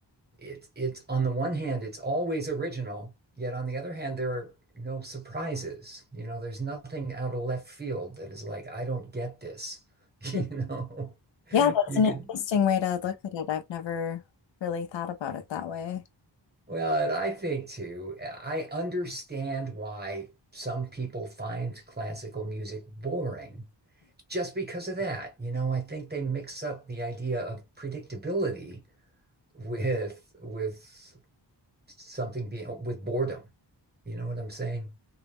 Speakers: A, on the right; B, on the left.
A: it's it's on the one hand, it's always original, yet on the other hand, there are no surprises. You know, there's nothing out of left field that is like, I don't get this, <laughs> you
B: Yeah.
A: know.
B: Yeah, that's
A: You
B: an
A: can
B: interesting way to look at it. I've never really thought about it that way.
A: Well, and I think too, I understand why some people find classical music boring just because of that. You know, I think they mix up the idea of predictability with with something being with boredom. You know what I'm saying?